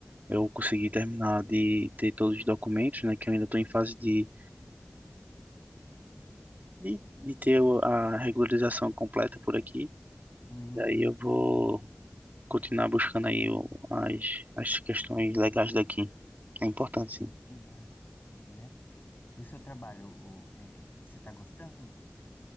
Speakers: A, on the right (about 45°); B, on the left (about 50°).
A: eu conseguir terminar de ter todos os documentos, né? Que eu ainda estou em fase de, de, de ter o- a regularização completa por aqui.
B: Uhum.
A: Daí eu vou continuar buscando aí o- as, as questões legais daqui. É importante, sim.
B: Que massa, né? E o seu trabalho, o- é, você tá gostando?